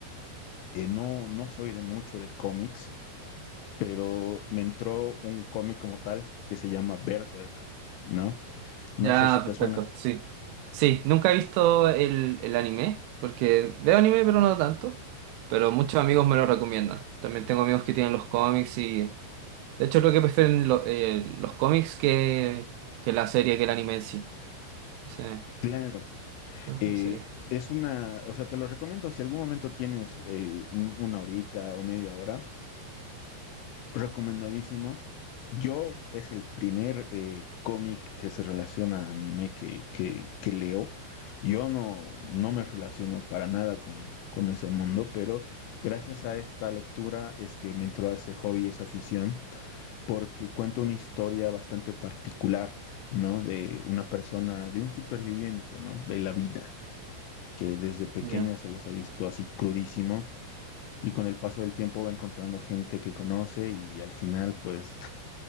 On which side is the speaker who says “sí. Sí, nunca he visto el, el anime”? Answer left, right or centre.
Right